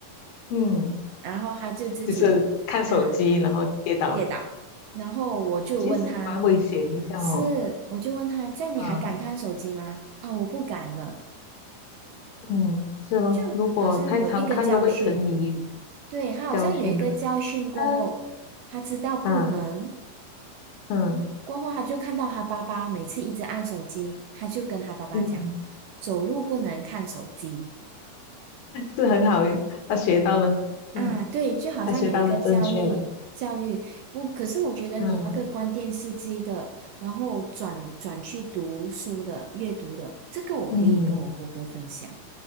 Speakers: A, on the left; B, on the right.
A: 嗯，
B: 然后他就自己嗯
A: 就是看手机然后跌倒，
B: 跌倒，然后我就问他：
A: 其实蛮危险一下哦。
B: “是？”我就问他：“这样你还敢看手机吗？”哦，
A: 啊，
B: 我不敢了，
A: 嗯，是咯，
B: 就好像有一个教训，
A: 如果太常看都会沉迷啊
B: 对，他好像有一个教训过后，
A: 教训呢。啊
B: 他知道不能。
A: 啊嗯
B: 过后，他就看到他爸爸每次一直按手机，他就跟他爸爸讲，
A: 嗯，
B: 走路不能看手机
A: 是很好，他学到了，
B: 啊。
A: 嗯，
B: 对，就好像有一个教育教育，
A: 他学到了正确的，
B: 不，可是我觉得你那个关电视机的，
A: 嗯
B: 然后转转去读书的、阅读的，这个我可以跟我哥哥分享，
A: 嗯。